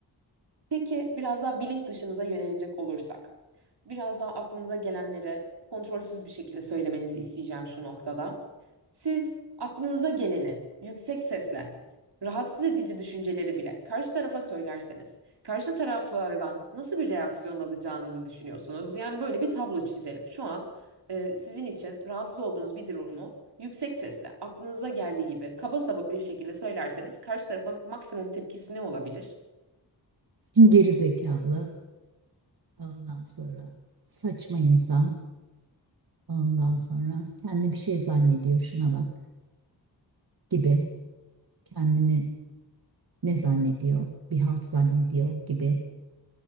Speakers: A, on the right; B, on the right.
A: Peki biraz daha bilinç dışınıza yönelecek olursak, biraz daha aklınıza gelenleri kontrolsüz bir şekilde söylemenizi isteyeceğim şu noktada. Siz aklınıza geleni yüksek sesle, rahatsız edici düşünceleri bile karşı tarafa söylerseniz, karşı taraflardan nasıl bir reaksiyon alacağınızı düşünüyorsunuz? Yani böyle bir tablo çizelim. Şu an e, sizin için rahatsız olduğunuz bir durumu yüksek sesle, aklınıza geldiği gibi kaba saba bir şekilde söylerseniz karşı tarafın maksimum tepkisi ne olabilir?
B: <laughs> Geri zekalı, ondan sonra saçma insan, ondan sonra kendi bir şey zannediyor, şuna bak gibi. Kendini ne zannediyor? Bir halt zannediyor gibi.